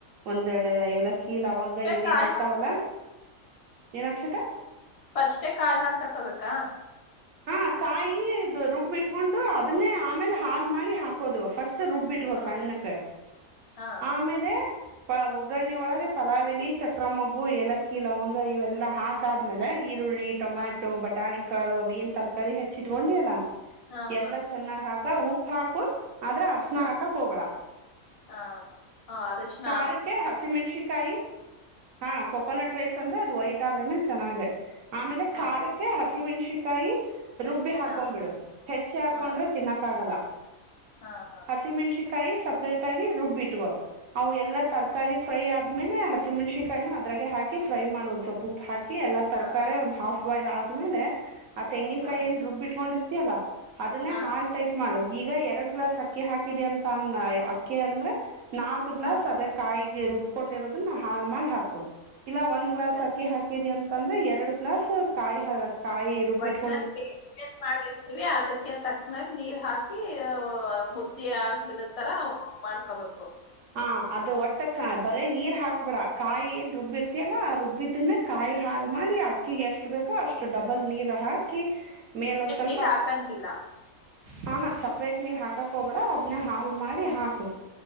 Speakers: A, on the right; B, on the left.
A: ಒಂದೆರಡು ಏಲಕ್ಕಿ. ಈ ಲವಂಗ
B: ಏ
A: ಇವೇನಿರ
B: ಕಾಯಿ ಹಾಲ್
A: ತವಲಾ. ಏನ್ ಅಕ್ಷತ.
B: ಕಷ್ಟೆ ಕಾಯಿ ಹಾಲ್ ತಕಬೇಕಾ.
A: ಹ ಕಾಯಿ ರುಬ್ಬಿಟ್ಕೊಂಡು ಅದನ್ನೇ ಆಮೇಲೆ ಹಾಲ್ ಮಾಡಿ ಹಾಕೋದು ಫಸ್ಟ್. ರುಬ್ಬಿಟ್ಕೋ
B: ಹಾ
A: ಸಣ್ಣಕ
B: ಹಾ
A: ಆಮೇಲೆ ಒಗ್ಗರಣೆ ಒಳಗೆ ಪಲಾವೇಲಿ, ಚಕ್ರ ಮೊಗ್ಗು, ಏಲಕ್ಕಿ, ಲವಂಗ, ಇವೆಲ್ಲಾ ಹಾಕಾದ್ಮೇಲೆ ಈರುಳ್ ಟೊಮ್ಯಾಟೋ
B: ಹಾ
A: ಬಟಾಣಿ ಕಾಳು ಅವೇನ್ ತರ್ಕಾರಿ ಹೆಚ್ಚಿಟ್ಕೊಂಡಿ ಅಲ್ಲ
B: ಹಾ ಹಾ
A: ಎಲ್ಲ ಚೆನ್ನಾಗ್ ಹಾಕ ಉಪ್ ಹಾಕ ಆದ್ರೆ ಅರಿಶ್ನ
B: ಹಾ
A: ಹಾಕಕ್ ಹೋಗ್ಬಡ
B: ಹಾ ಹಾ ಅರಿಶಿನ
A: ಖಾರಕ್ಕೆ ಹಸಿಮೆಣ್ಸಿಕಾಯಿ ಹಾ ಕೊಕೋನಟ್ ರೈಸ್ ಅಂದ್ರೆ ಅದು ವೈಟ್ ಆದ್ರೆನೆ ಚೆನ್ನಾಗೆ ಆಮೇಲೆ
B: ಹಾ
A: ಖಾರಕ್ಕೆ ಹಸ್ ಮೆಣಶಿನ್ಕಾಯಿ ರುಬ್ಬಿ ಹಾಕೊಂಡ್ಬಿಡು
B: ಹಾ ಹಾ
A: ಹೆಚ್ಚಿ ಹಾಕೊಂಡ್ರೆ
B: ಹಾ
A: ತಿನ್ನಕ ಆಗಲ್ಲ
B: ಹಾ ಹಾ
A: ಹಸಿಮೆಣ್ಸಿಕಾಯಿ ಸ ಪ್ರೇಟ್ ಆಗಿ ರುಬ್ಬಿಟ್ಗೋ. ಅ ಎಲ್ಲ ತರಕಾರಿ ಫ್ರೈ ಆದ್ಮೇಲೆ ಹ ಸಿಮೆಣ್ಶಿಣ್ಕಾಯಿನ ಅದ್ರಾಗ ಹಾಕಿ ಫ್ರೈ ಮಾಡ ಒಂದ್ ಸ್ವಲ್ಪ ಉಪ್ಪ ಹಾಕಿ. ಎಲ್ಲ ತರಕಾರಿ
B: ಹಾ
A: ಒಂದು ಹಾಫ್ ಬಾಯ್ಲ್ ಆದ್ಮೇಲೆ ತೆಂಗಿನಕಾಯ
B: ಹಾ
A: ಏನ್ ರುಬ್ಬಟ್ಕೊಂಡಿರ್ ಅಲ್ಲ ಅದನ್ನೇ
B: ಹಾ
A: ಹಾಲ್ ಟೈಪ್ ಮಾಡು. ಈಗ ಎರಡ್ ಗ್ಲಾಸ್ ಅಕ್ಕಿ ಹಾಕಿದಿ ಅಂತ ಅಂದ ಅಕ್ಕಿ ಅಂದ್ರೆ ನಾಕ ಗ್ಲಾಸ್
B: ಹಾ
A: ಅದೇ ಕಾಯಿ ರುಬ್ಕೊಂಡಿರೋದನ್ನ ಹಾಲ್ ಮಾಡ್ ಹಾಕು. ಇಲ್ಲ ಒಂದ್ ಗ್ಲಾಸ್
B: ಸರಿ
A: ಅಕ್ಕಿ
B: ಸರಿ.
A: ಹಾಕಿದಿ ಅಂತಂದ್ರ ಎ ಎರಡು ಗ್ಲಾಸ್ ಕಾಯ ಹಾ ಕಾಯಿ ರುಬ್ಬಿಟ್
B: ಒಟ್ನಲ್ಲಿ ಏನ್ ಮಾಡಿರ್ತೀವಿ ಅದಕ್ಕೆ ತಕ್ನಂ ನೀರ್ ಹಾಕಿ ಮುದ್ದೀ ಆಗ್ಲಿಲ್ಲ ತರ ಮಾಡ್ಕೋಬೇಕು.
A: ಹಾ ಅದು ಒಟ್ಟಕ್ಕ ಬರೇ ನೀರ್ ಹಾಕ್ಬೇಡ ಕಾಯಿ ಏನ್ ರುಬ್ಬಿರ್ತಿಯಲ್ಲಾ ರುಬ್ಬಿ ದ್ದನ್ನ ಕಾಯಿ ಹಾಲು ಮಾಡಿ ಆಕ್ ಕ್ಕಿಗೆ ಎಷ್ಟು ಬೇಕೋ ಅಷ್ಟು ಡಬಲ್ ನೀರ್ ಹಾಕಿ ಮೇಲ್ ಒಂದು ಸ್ವಲ್ಪ
B: ನೀರ್ ಹಾಕಂಗಿಲ್ಲ.
A: ಹಾ ಹಾ ಸಪ್ರೇಟ್ ನೀರು ಹಾಕಕ್ಕೋಗ್ಬೇಡ ಅದನ್ನೇ ಹಾಲು ಮಾಡಿ ಹಾಕು.